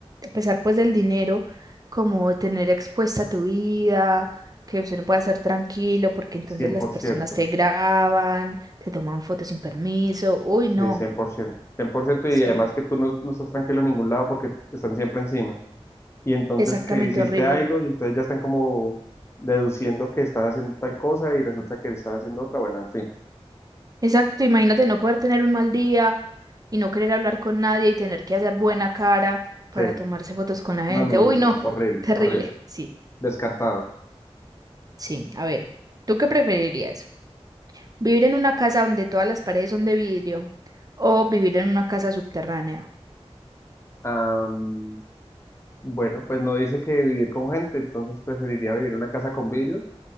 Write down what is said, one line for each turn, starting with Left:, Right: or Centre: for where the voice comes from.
Right: a pesar pues del dinero, como tener expuesta tu vida, que usted no pueda estar tranquilo porque entonces
Left: cien
Right: las
Left: por
Right: personas
Left: ciento
Right: te graban, te toman fotos sin permiso. Uy,
Left: Sí,
Right: no,
Left: cien cien por ciento cien por ciento
Right: sí,
Left: y además que tú no, no estás tranquilo en ningún lado porque están siempre encima. Y entonces
Right: exactamente
Left: que hiciste
Right: horrible.
Left: algo y entonces ya están como deduciendo que estás haciendo tal cosa y resulta que estás haciendo otra. Bueno, en fin.
Right: Exacto, imagínate no poder tener un mal día y no querer hablar con nadie y tener que hacer buena cara para
Left: Sí.
Right: tomarse fotos con la gente.
Left: No, no,
Right: Uy,
Left: no, no.
Right: no,
Left: Horrible,
Right: <laughs> terrible.
Left: horrible.
Right: Sí,
Left: Descartado.
Right: sí. A ver, ¿tú qué preferirías? ¿Vivir en una casa donde todas las paredes son de vidrio o vivir en una casa subterránea?
Left: Am, bueno, pues no dice que vivir con gente, entonces preferiría vivir en una casa con vidrios